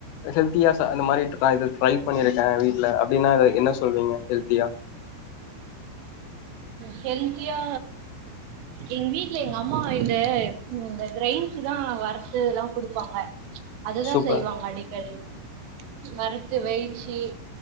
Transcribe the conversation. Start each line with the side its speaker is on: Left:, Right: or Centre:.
Left: ஹெல்த்தியா சா அந்த மாரி நா இது ட்ரை பண்ணிருக்கே வீட்ல அப்டின்னாரு என்ன சொல்வீங்க ஹெல்த்தியா
Right: ஹெல்த்தியா எங் வீட்ல எங்கம்மா இந்த இந்த க்ரெய்ன்ஸ் தா வறுத்துல்லா குடுப்பாங்க அதுதா
Left: சூப்பர்
Right: செய்வாங்க அடிக்கடி வறுத்து வெய்ச்சி